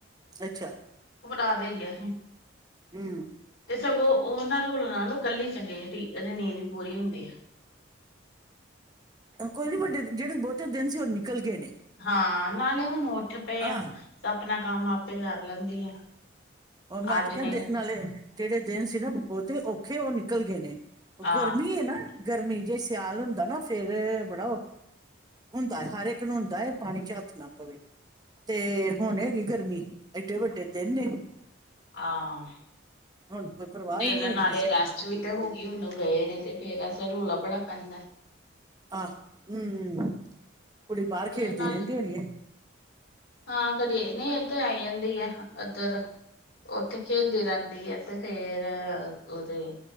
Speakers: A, on the right; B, on the left.
A: ਅੱਛਾ।
B: ਵਟਾ ਦੇਗੇਆ ਸੀ।
A: ਹੂੰ
B: ਤੇ ਸਗੋਂ ਓਨਾਂ ਰੂਲਾਂ ਨਾਲੋਂ ਕੱਲੀ ਚੰਗੀ ਜੇੜੀ ਨੀਂਦ ਵੀ ਪੂਰੀ ਹੁੰਦੀ ਐ।
A: ਕੋਈ ਨੀ ਵੱਡੇ ਜੇੜੇ ਬੋਤੇ ਦਿਨ ਸੀ ਓ ਨਿਕਲ ਗੇ ਨੇ।
B: ਹਾਂ ਨਾਲੇ ਹੁਨ ਉੱਠ ਪਏ ਆ
A: ਆਹ
B: ਆਪਨਾ ਕੰਮ ਆਪੇ ਕਰ ਲੈਂਦੀ ਆ।
A: ਓ ਮੈਂ
B: ਅੱਜ
A: ਤੇ ਕੈਂਦੇ
B: ਨੇ
A: ਨਾਲੇ ਜੈੜੇ ਦਿਨ ਸੀ ਨਾ ਬੋਤੇ ਔਖੇ ਓ ਨਿਕਲ ਗੇ ਨੇ। ਓ
B: ਆ
A: ਗਰਮੀ ਏ ਨਾ ਗਰਮੀ ਜੇ ਸਿਆਲ ਹੁੰਦਾ ਨਾ ਫੇਰ ਬੜਾ ਔ ਹੁੰਦਾ ਐ ਹਰ ਇੱਕ ਨੂੰ ਹੁੰਦਾ ਐ ਪਾਣੀ ਚ ਹੱਥ ਨਾ ਪਵੇ ਤੇ ਹੁਨ ਹੈਗੀ ਗਰਮੀ- ਏਦੇ ਵੱਡੇ ਦਿਨ ਨੇ।
B: ਹਾਂ
A: ਹੁਣ ਕੋਈ ਪਰਵਾਹ
B: ਦਿਨ
A: ਹੀ ਨਹੀਂ ਹੈਗੀ
B: ਨਾਲੇ
A: ਕਿਸੇ
B: ਰੈਸਟ
A: ਨੂੰ
B: ਵੀ ਤੇ ਹੋ ਗਈ ਹੁਣ ਉਹ ਗਏ ਨੇ ਤੇ ਫੇਰ ਅਸਰਾ ਰੌਲਾ ਬੜਾ ਪੈਂਦਾਂ ਹੈ।
A: ਆਹ ਹਮ ਕੁੜੀ ਬਾਹਰ
B: ਤੇ
A: ਖੇਡਦੀ
B: ਨਾਲ
A: ਰਹਿੰਦੀ ਹੋਣੀ ਹੈ।
B: ਹਾਂ ਕਰੀਏ ਨਹੀਂ ਇਏਧਰ ਆਈ ਜਾਂਦੀ ਆ ਇੱਧਰ ਉੱਥੇ ਖੇਲਦੀ ਰਹਿੰਦੀ ਆ, ਤੇ ਫੇਰ ਉਹਦੇ